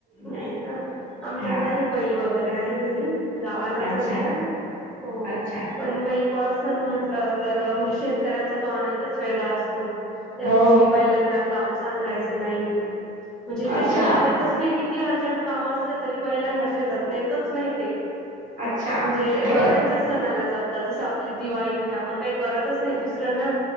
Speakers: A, on the right (about 50°); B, in the centre.
A: नाही.
B: नाहीं कां आमच्यांकडे
A: हा
B: आहे बैल वगैरें घरी घरी आहे गांवालाच
A: अच्छा
B: असतं हो
A: अच्छा
B: पणं बैईय पोळासणं म्हटलं तरं म्हणजे शेतकऱ्यांचा तो आनंदाचां वेगळां असतो त्यां
A: हो
B: दिवशी बैलांना कामं सांगायचं नाहीं म्हणजे ते
A: अच्छा
B: शेतांत नेतचं नाहीं किती अर्जंट कामं असलं तरी बैलानां नेतं चं नाहीं
A: अच्छा
B: म्हणजेव
A: बरं.
B: त्यां सणांला जतातं जसं आपली दिवाळी म्हणजे आपणं कांहीं करतंच नाहीं दुसऱ्यांना